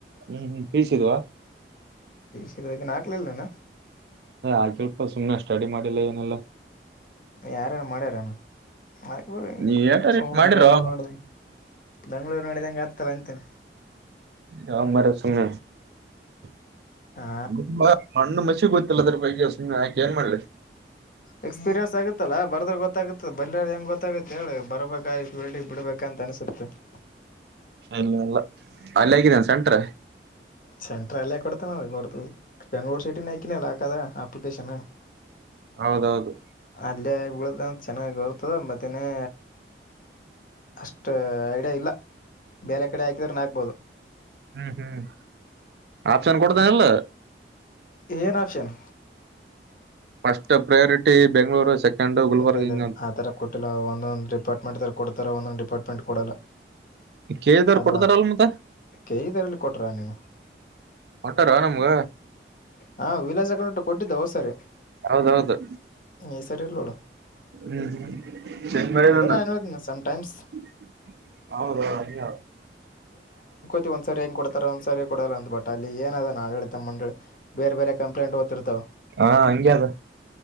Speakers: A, on the right; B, on the left.
A: ಹ್ಮ್ ಹ್ಮ್ ಪೀಸಿದ
B: ಪದ ನಾಕಲಲ್ಲ <inaudible>
A: ಆಕೆಲ್ಪ ಸುಮನೆ ಸ್ಟಡಿ ಮಾಡಿಲ್ಲ ಏನೆಲ್ಲಾ.
B: ಯಾರೇನು ಮಾಡ್ಯಾರನು ಬೆಂಗ್ಗಳೂರು
A: ನೀವ್ ಏಟಾರ ಇಟ್ ಮಾಡಿರೋ
B: ಸುಮ್ಮ್ನೆ ನೋಡ. ಬೆಂಗಳೂರು ನಡಿದಂಗೆ ಆಗ್ತಲ್ಲ ಅಂತೇನೆ.
A: ಹ ಮಾರ ಸಂಗ <inaudible>
B: ಆ
A: ಮಣ್ಣು ಮಸಿ ಗೊತ್ತಿಲ್ಲದ ಬಗ್ಗೆ ಹಾಕೆ ಏನ್ ಮಾಡಲ್ಲಿ.
B: ಎಕ್ಸ್ಪೀರಿಯನ್ಸ್ ಆಗತ್ತಲ್ಲ ಬರದ್ರೆ ಗೊತ್ತಾಗತ್ತೆ ಬರಲಿ ಹೆಂಗ ಗೊತ್ತಾಗತ್ತೆ ಹೇಳಿ ಬರ್ಬೇಕಳ್ಳಿ ಬಿಡ್ಬೇಕ ಅಂತ ಅನ್ಸುತ್ತೆ. ಹ
A: ಇಲ್ಲ ಎಲ್ಲ ಅಲ್ಲಿ ಹೇಗಿದೆ ಅಂತೆ ಸೆಂಟ್ರ.
B: ಸೆಂಟ್ರ ಎಲ್ಲೇ ಕೊಡ್ತಾನ ಅ ಕೊಡ್ತ. ಬೆಂಗ್ಳೂರು ಸಿಟಿ ನೈಕನಲ್ಲಾ ಕದಾ ಅಪ್ಲಿಕೇಶನ್.
A: ಹೌದೌದು
B: ಅಲ್ಲೇ ಬಿಳ್ದಂತ ಚೆನ್ನಾಗ್ ಬರ್ತದ ಮತ್ತೇನೇ. ಅಷ್ಟು ಐಡಿಯಾ ಇಲ್ಲ ಬೇರೆ ಕಡೆ ಹಾಕಿದ್ರ ಹಾಕ್ಬೋದು.
A: ಹ್ಮ್ ಹ್ಮ್ ಆಪ್ಷನ್ ಕೊಡ್ತೇನಲ್.
B: ಏನ್ option?
A: First priority Bengaluru second ಗುಲ್ಬರ್ಗ್
B: ಇಲ್ಲ ಇಲ್ಲ
A: ಹಿಂಗ ಅಂತ.
B: ಆ ತರ ಕೊಟ್ಟಿಲ್ಲ ಒಂದೊಂದು ಡಿಪಾರ್ಟ್ಮೆಂಟ್ ಕೊಡ್ತಾರೆ ಒಂದೊಂದು ಡಿಪಾರ್ಟ್ಮೆಂಟ್ ಕೊಡಲ್ಲ.
A: ಕೇಳಿದವ್ರು
B: ಅದು
A: ಕೊಡ್ತಾರಲ್ ಮತ್ತ
B: ಕೆ. ಇ. ಬಿ ಇದರಲ್ಲಿ ಕೊಟ್ರ ನೀನು.
A: ಕೋಟ್ಟಾರ ನಮ್ಗ.
B: ಹಾ ವಿಲೇಜ್ ಅಕೌಂಟ್ ಕೊಟ್ಟಿದ್ದ ಹೋ ಸರಿ
A: ಹೌದೌದು
B: ಈ ಸರಿ ಇಲ್ಲ ನೋಡ.
A: ಹ್ಮ ಚೆನ್ಮಂದ
B: ಅದೇ ನಾನ್ ಹೇಳಿದ್ನ ಸಮ್ ಟೈಮ್ಸ್
A: <inaudible> ಹೌದ ಅಯಯ
B: ತಿ ಒಂದ್ ಸರಿ ಹೆಂಗ್ ಕೊಡ್ತಾರ ಒಂದ್ ಸರಿ ಕೊಡಲ್ಲ ಅ ಬಟ್ ಅಲ್ಲಿ ಏನದ ಆಡಳಿತಮ್ಮ ಮಂಡಳಿ. ಬೇರೆ ಬೇರೆ ಕಂಪ್ಲೇಂಟ್ ಓತ್ತತಿರ್ತಾವ.
A: ಹಾ ಹಂಗೆ ಅದು.